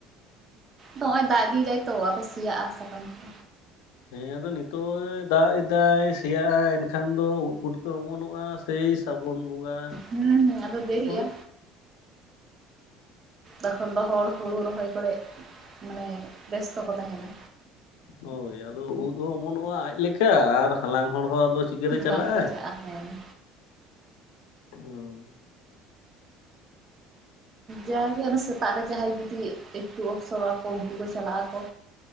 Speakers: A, on the right; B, on the left.
A: ᱱᱚᱜ ᱚ ᱚᱭ ᱫᱟᱜ ᱤᱫᱤᱭᱮᱫᱟᱭ ᱛᱚ ᱟᱫᱚ ᱥᱮᱭᱟᱜᱼᱟ ᱥᱟᱠᱟᱢ ᱠᱚ
B: ᱦᱮᱸ ᱟᱫᱚ ᱱᱤᱛᱚᱜ ᱫᱟᱜ ᱮᱫᱟᱭ ᱥᱮᱭᱟᱜᱼᱟ ᱮᱱᱠᱷᱟᱱ ᱫᱚ ᱩᱫ ᱯᱩᱴᱠᱟᱹ ᱚᱢᱚᱱᱚᱜᱼᱟ ᱥᱮᱭ ᱥᱟᱨᱟᱵᱚᱱ ᱵᱚᱸᱜᱟ
A: ᱦᱩᱸ ᱦᱩᱸ ᱟᱫᱚ ᱫᱮᱨᱤᱜᱼᱟ
B: ᱦᱚ
A: ᱛᱚᱠᱷᱚᱱ ᱫᱚ ᱦᱚᱲ ᱦᱩᱲᱩ ᱨᱚᱦᱚᱭ ᱠᱚᱨᱮ ᱢᱟᱱᱮ ᱵᱮᱥᱛᱚ ᱠᱚ ᱛᱟᱦᱮᱱᱟ
B: ᱦᱳᱭ ᱟᱫᱚ ᱩᱫ ᱦᱚᱸ ᱚᱢᱚᱱᱚᱜᱼᱟ ᱟᱡ ᱞᱮᱠᱟ ᱟᱨ ᱦᱟᱞᱟᱝ ᱦᱚᱲ ᱦᱚᱸ ᱟᱫᱚ ᱪᱤᱠᱟᱹᱛᱮ ᱪᱟᱞᱟᱜ
A: ᱵᱟᱝ ᱠᱚ
B: ᱟᱭ
A: ᱪᱟᱜᱼᱟ ᱦᱮᱸ
B: ᱦᱩᱸ
A: ᱡᱟᱜᱮ ᱥᱮᱛᱟᱜ ᱨᱮ ᱡᱟᱦᱟᱸᱭ ᱡᱩᱫᱤ ᱮᱠᱴᱩ ᱚᱯᱥᱚᱨᱚᱜᱼᱟ ᱠᱚ ᱩᱱᱠᱩ ᱠᱚ ᱪᱟᱞᱟᱜ ᱟᱠᱚ